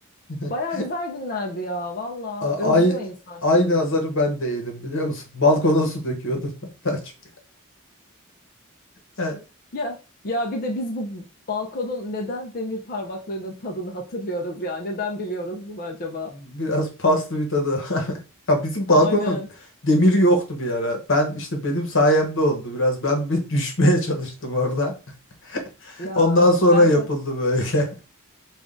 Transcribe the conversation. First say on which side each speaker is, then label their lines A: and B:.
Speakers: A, on the left (about 65°); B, on the left (about 45°).
A: <laughs>
B: Baya güzel günlerdi ya valla.
A: A-
B: Özlüyor
A: Ay,
B: insan
A: aynı
B: yani.
A: azarı ben de yedim biliyor musun? Balkona su döküyordum ben daha çok. Yani,
B: Ya ya bir de biz bu balkonun neden demir parmaklarının tadını hatırlıyoruz ya? Neden biliyoruz bunu acaba?
A: Biraz paslı bir tadı. <laughs> Ya bizim
B: Aynen.
A: balkona demir yoktu bir ara. Ben işte benim sayemde oldu biraz. Ben bir <laughs> düşmeye çalıştım orada. <laughs>
B: Ya
A: Ondan sonra
B: ben
A: yapıldı
B: de
A: böyle. <laughs>